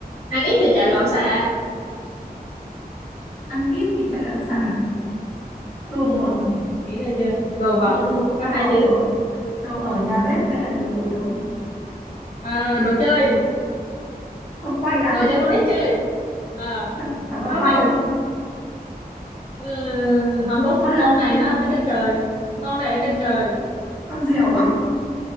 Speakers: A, on the left; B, in the centre.
A: ăn ít thì chạy loạn xạ
B: ăn ít thì chạy loạn
A: ừ
B: xạ đồ
A: ừ ừ.
B: à
A: nghĩ ra chưa đồ vật
B: đồ đồ
A: có
B: đồ
A: hai
B: ở
A: chữ
B: ở đồ ở nhà bếp hay là đồ ở đâu
A: Ờ, đồ chơi
B: con quay
A: đồ
B: á
A: cho con nít chơi ờ
B: phải, phải con
A: không
B: quay
A: không
B: không
A: ừ, không đúng
B: con
A: con
B: lật
A: này nó
B: con
A: ở trên trời con này ở trên trời
B: con diều á